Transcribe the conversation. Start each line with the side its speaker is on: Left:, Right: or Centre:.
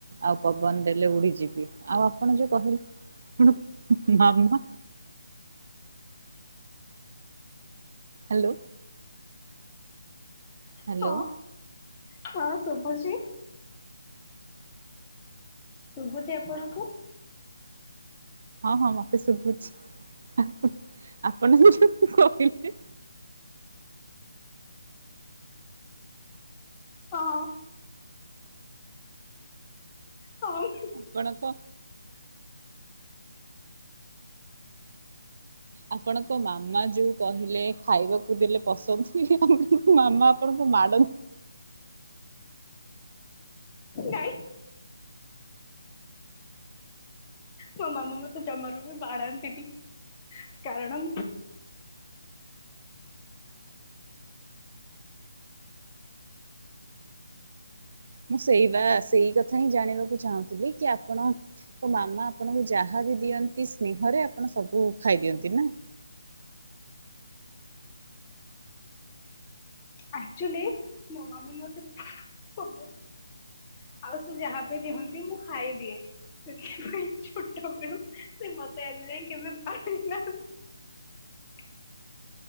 Right: ଆଉ ପବନ ଦେଲେ ଉଡିଯି ଯିବି ଆଉ ଆପଣ ଯୋଉ କହିଲେ ଆପଣ ମାମା ହାଲୋ। ହାଲୋ।
Left: ହଁ ହଁ ଶୁଭୁଛି। ଶୁବୁଚି ଆପଣଙ୍କୁ?
Right: ହଁ ହଁ ମତେ ଶୁଭୁଛି ଆପଣ ଆପଣ ସେଇଠୁ କହିଲେ?
Left: ହଁ ହଁ
Right: ଆପଣଙ୍କ ଆପଣଙ୍କ ମାମା ଯୋଉ କହିଲେ ଖାଇବାକୁ ଦେଲେ ପସନ୍ଦ ହୁଏ <unintelligible> ମାମା ଆପଣଙ୍କୁ ମାଡ଼
Left: ନାଇଁ ମୋ ମାମା ମତେ ଜମାରୁ ବି ବାଡ଼ାନ୍ତିନି କାରଣ
Right: ମୁଁ ସେଇ ବା ସେଇ କଥା ହିଁ ଜାଣିବାକୁ ଚାହୁଁଥିଲି କି ଆପଣ ମୋ ମାମା ଆପଣଙ୍କୁ ଯାହାବି ଦିଅନ୍ତି ସ୍ନେହରେ ଆପଣ ସବୁ ଖାଇଦିଅନ୍ତି ନା।
Left: ଆକଚୁଆଲି ମୋ ମାମା ମତେ <unintelligible> ଆଉ ସେ ଯାହା ବି ଦିଅନ୍ତି ମୁଁ ଖାଇଦିଏ ସେଥିପାଇଁ ଛୋଟ ବେଳ ସେ ମତେ ଆଜି ଯାଇ କେବେ ବାଡେଇ ନାହାନ୍ତି